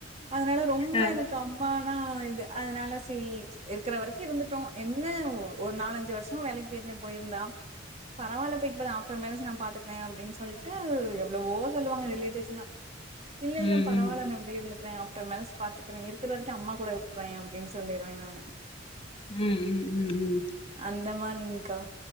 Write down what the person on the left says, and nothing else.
அ
ம்
ம்
ம் ம் ம் ம்